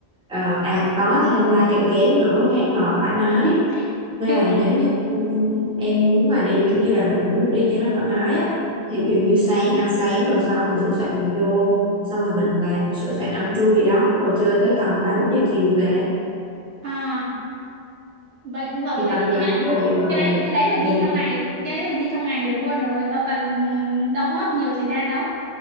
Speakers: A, in the centre; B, on the right.
A: Ờ, à có thêm loa kẹo kéo nữa hát hò thoải mái
B: <laughs>
A: nên
B: Cái
A: là
B: đấy
A: nếu như ừm, em muốn mà đi kiểu như là mình muốn đi cho nó thoải mái á thì ví dụ như sáng ăn sáng rồi xong mình sửa soạn mình vô xong rồi mình làm sửa soạn ăn trưa gì đó rồi chơi tới tầm ba bốn giờ chiều về
B: à vậy cũng hợp
A: thì
B: lý
A: tầm giờ
B: chị
A: đó
B: ha.
A: rất là đẹp rồi
B: Cái đấy cái đấy là đi
A: ừ.
B: trong ngày, cái đấy là đi trong ngày được luôn rồi, đâu cần đâu có mất nhiều thời gian đâu.